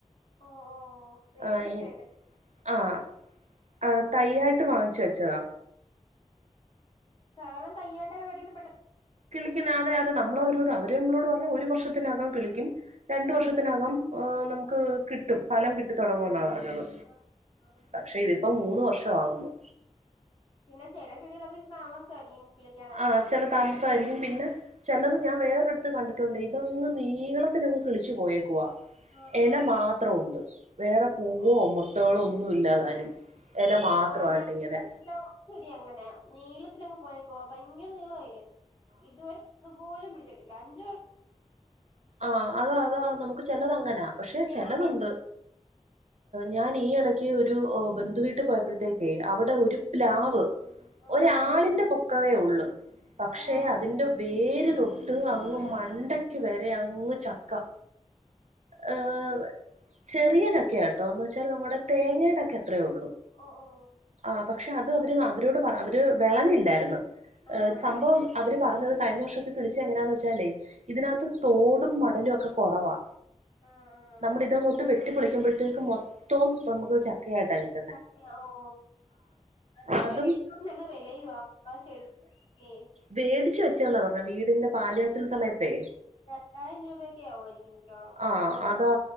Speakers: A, on the left; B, on the right.
A: ഓ ഓ വേടിച്ചല്ലേ
B: ആഹ് ഈ ആഹ് ആഹ് തയ്യായിട്ട് വാങ്ങിച്ചു വെച്ചതാ
A: സാധനം തയ്യായ്യിട്ടാ വേടീ-
B: കളിക്കുന്നെ അതെ അതെ നമ്മളവരോട് അവര് നമ്മളോട് പറഞ്ഞ ഒരു വർഷത്തിനകം കിളിക്കും രണ്ട് വർഷത്തിനകം
A: ഓ
B: ഓഹ് നമ്മുക്ക് കിട്ടും ഫലം കിട്ടി തുടങ്ങും എന്നാ പറഞ്ഞത്
A: ആ ആ
B: പക്ഷെ ഇത് ഇപ്പം മൂന്ന് വർഷമാവുന്ന്
A: പിന്നെ ചില ചെടികളൊക്കെ താമസമായിരിക്കും കിളിക്കാനൊക്കെ
B: ആഹ് ചില താമസമായിരിക്കും പിന്നെ ചിലത് ഞാൻ വേറെടുത്ത് കണ്ടിട്ടുണ്ട് ഇതങ്ങ് നീളത്തിൽ അങ്ങ് കിളിച്ചു പോയേക്കുവ
A: ആഹ്
B: ഇല മാത്രം ഉണ്ട് വേറെ പൂവോ
A: ഓ
B: മൊട്ടുകളോ ഒന്നും ഇല്ലാതാനും ഇല മാത്രമായിട്ട്
A: ആഹ് <unintelligible>
B: ഇങ്ങനെ
A: ചെടി അങ്ങനെയാ നീളത്തിലങ്ങ് പോയേക്കുവാ ഭയങ്കര നീളാ അതിന് ഇതുവരെ ഒന്ന് പോലും പിടിച്ചിട്ടില്ല അഞ്ച്
B: ആഹ് അതാ അതാ നമ്മുക്ക് ചിലതങ്ങനാ പക്ഷെ
A: ഏ
B: ചിലതുണ്ട്
A: ആൺ
B: ഞാൻ ഈ ഇടയ്ക്ക് ഒരു ബന്ധുവീട്ടിൽ പോയപ്പോഴത്തേക്കെ അവിടെ ഒരു പ്ലാവ്
A: ആഹ്
B: ഒരാളിന്റെ പൊക്കവേ ഉള്ളു പക്ഷെ
A: ഓ
B: അതിന്റെ വേര് തൊട്ട് അങ്ങ് മണ്ടക്ക് വരെ അങ്ങ് ചക്ക ഹ് ചെറിയ ചക്കയാണ് ട്ടോന്ന് വെച്ചാൽ നമ്മുടെ തേങ്ങേടൊക്കെ ത്രയേള്ളു
A: ഓ ഓ ഓ
B: ആ പക്ഷെ അത് അവര് അവരോട് പറ അവർ വെളഞ്ഞില്ലായിരുന്നു
A: ആഹ്
B: സംഭവം അവര് പറഞ്ഞത് കഴിഞ്ഞ വർഷമൊക്കെ പിടിച്ചെ എങ്ങനാന്ന് വെച്ചാലേ ഇതിനകത്ത് തോടും മടലും ഒക്കെ കുറവാ
A: ആഹ് ആഹ്
B: നമ്മളിതങ്ങോട്ട് വെട്ടിപൊളിക്കുമ്പോഴത്തേക്ക് മൊത്തം നമുക്ക് ചക്കയായിട്ടാ കിട്ട
A: ചക്ക ഓ അതൊക്കെ
B: അതും
A: വേടുക്കുമ്പോ നല്ല വിലയുവാ ആ ചെടി ക്കേ
B: വേടിച്ചു വെച്ചാന്നാ പറഞ്ഞ വീടിന്റെ പാല് കാച്ചൽ സമയത്തെ
A: രണ്ടായിരം രൂപയൊക്കെ ആകുമായിരിക്കും മിക്കവാറും
B: ആ അതാ